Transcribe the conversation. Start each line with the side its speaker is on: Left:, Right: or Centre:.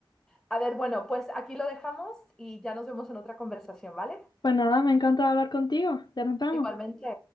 Centre: A ver, bueno, pues aquí lo dejamos y ya nos vemos en otra conversación, ¿vale?
Left: Pues nada, me encanta hablar contigo. Ya nos vemos.
Centre: Igualmente.